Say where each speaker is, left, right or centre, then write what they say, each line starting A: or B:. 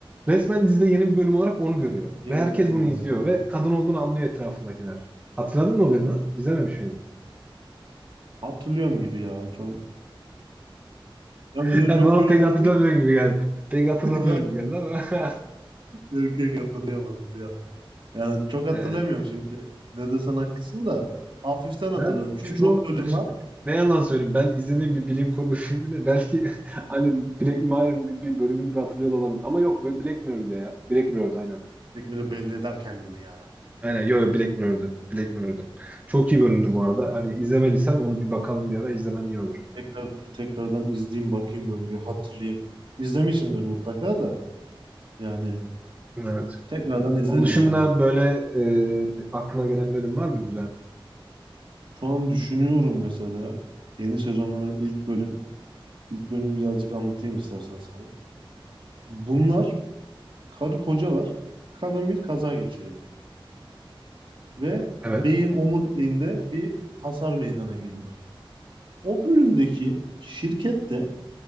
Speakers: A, on the right; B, on the right.
A: Resmen dizide yeni bir bölüm olarak onu görüyor.
B: yeni
A: Ve herkes
B: olaydı.
A: bunu izliyor. Ve kadın olduğunu anlıyor etrafındakiler. Hatırladın mı o bölümü? İzlememiş miydin?
B: Hatırlıyorum gibi ya. Çok, yani
A: <laughs>
B: bir
A: Yani
B: de çok
A: bana
B: bölüm
A: pek
B: olduğu
A: hatırlamıyor gibi geldi. Pek hatırlamıyor
B: için <laughs> ya
A: gibi geldi ama. <laughs>
B: yok yok hatırlıyorum hatırlıyorum. Yani çok hatırlamıyorum
A: yani.
B: şimdi. Ne desen haklısın da hafiften hatırladım.
A: Ben
B: Çünkü
A: şu
B: çok
A: da olabilir
B: bölüm var.
A: şimdi. Ne yalan söyleyeyim. Ben izlediğim bir bilim kurgu filmini belki <laughs> hani Black Mirror'ın bir, bir bölümü gibi hatırlıyor da olabilir. Ama yok Black Mirror'dı ya. Black Mirror'dı aynen.
B: Tekmiri belli eder kendini ya.
A: Aynen yo yo Black Mirror'dı. Black Mirror'dı. Çok iyi bölümdür bu arada. Hani izlemediysen onu bir bakalım bir ara izlemen iyi olur.
B: Tekrardan tekrardan izleyeyim bakayım böyle bir hatırlayayım. İzlemişimdir mutlaka da yani
A: Evet.
B: tekrardan izlerim
A: Onun dışında
B: ya.
A: böyle e, aklına gelen bölüm var mı güzel?
B: Şu an düşünüyorum mesela yeni sezonların ilk bölüm. İlk bölümü birazcık anlatayım istersen sana. Bunlar karı kocalar. Kadın bir kaza geçiriyor. Ve
A: Evet.
B: beyin omuriliğinde bir hasar meydana geliyor. O bölümdeki şirket de